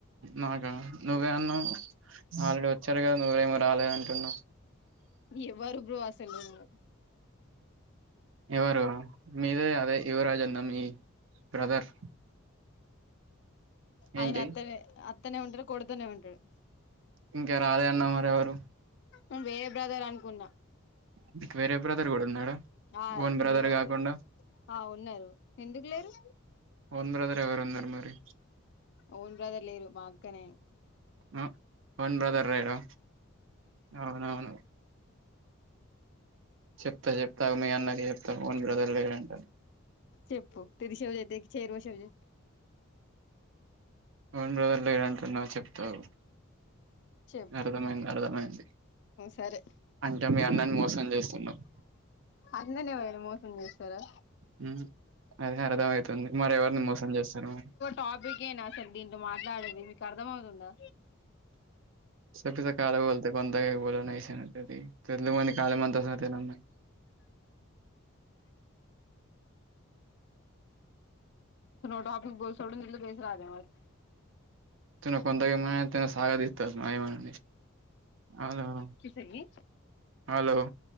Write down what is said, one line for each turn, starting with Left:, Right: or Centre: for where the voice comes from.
Right: నాకు నువ్వే అన్నావ్ ఆల్ రడి వచ్చారు కద నువ్ ఎమొ రాలేదుంటున్నావు
Left: ఎవరు బ్రో అసలు నువ్వు
Right: ఎవర మీదే అదే యువరాజ్ అన్న మీ బ్రదర్
Left: ఆయన
Right: ఏంటి
Left: అత్తనే అత్తనే ఉంటాడు కొడుతనే ఉంటాడు
Right: ఇంక రాజె అన్నా మరి ఎవరు
Left: ఉ వేరే బ్రదర్ అనుకున్న
Right: మీకు వేరే బ్రదర్ కూడ ఉన్నాడఓన్
Left: ఆ ఫుల్
Right: బ్రదర్
Left: మంది
Right: కాకుండ
Left: ఆ ఉన్నారు ఎందుకు లేరు
Right: ఓన్ బ్రదర్ ఎవరు ఉందన్నారు మరి
Left: ఓన్ బ్రదర్ లేరు మా అక్క నేను
Right: అ ఓన్ బ్రదర్ లేరా అవునవును చెప్త చెప్తాగు మీ అన్నకి చెప్త ఓన్ బ్రదర్లు లేరంట
Left: చెప్పు తిరి శివజ అయితే చేరువ శివజ చెప్
Right: ఓన్ బ్రదర్లు లేదంటున్నావు చెప్తాగు,
Left: చెప్పు
Right: అర్థమైంది అర్థమైంది
Left: సరే
Right: అంటే మీ అన్నన్ని మోసం చేస్తున్నవ్
Left: అన్నని ఎవరన్న మోసం చేస్తరా?
Right: ఉమ్ అదే అర్థం అయితాంది, మరెవర్ని మోసం చేస్తన్నవు
Left: టాపిక్ ఏనా అసలు దీంట్లో మాట్లాడేది మీకు అర్థం అవుతుందా
Right: పిసో పిసో కాలే బోల్త కొంతకేక్ బోలొనైసో తెత్తి తెలు మొంది కాలె మంతాస్ తెనమ్మా
Left: తునో టాపిక్ బోల్ సోడన్ దేల బేస్ రహతే మరి
Right: తునో కొంతకేక్ మననైసో సాగదిస్ తాస్ మాయమన కాలేమా
Left: మరి
Right: హలో